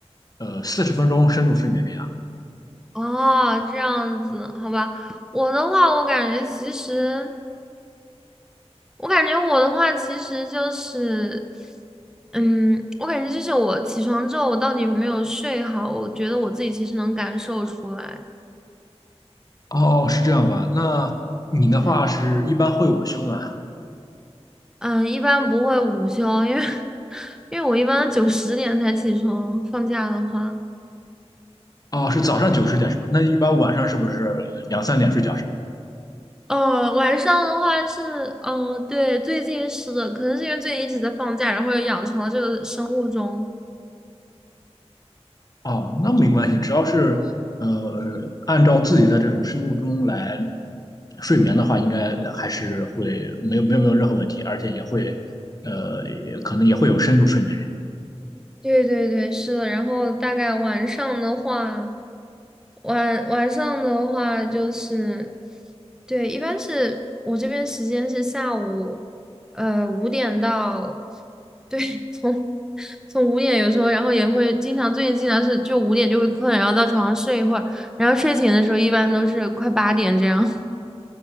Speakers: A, on the left (about 35°); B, in the centre.
A: 呃四十分钟深度睡眠这样。
B: 哦，这样子，好吧。我的话，我感觉其实，我感觉我的话其实就是，嗯，我感觉就是我起床之后，我到底有没有睡好，我觉得我自己其实能感受出来。
A: 哦，是这样吧？那你的话是一般会午休吗？
B: 嗯，嗯，一般不会午休，因为 <laughs> 因为我一般九十点才起床，放假的话。
A: 哦，是早上九十点是吧？那一般晚上是不是两三点睡觉是吧？
B: 呃，晚上的话是，嗯、对，最近是的，可能是因为最近一直在放假，然后又养成了这个生物钟。
A: 哦，那没关系，只要是呃按照自己的这种生物钟来睡眠的话，应该还是会没有没有没有任何问题，而且也会呃也可能也会有深度睡眠。
B: 对对对，是的。然后大概晚上的话，晚晚上的话就是，对，一般是我这边时间是下午，呃，五点到，对，<laughs> 从从五点有时候，然后也会经常，最近经常是就五点就会困，然后到床上睡一会儿，然后睡醒的时候一般都是快八点这样。<laughs>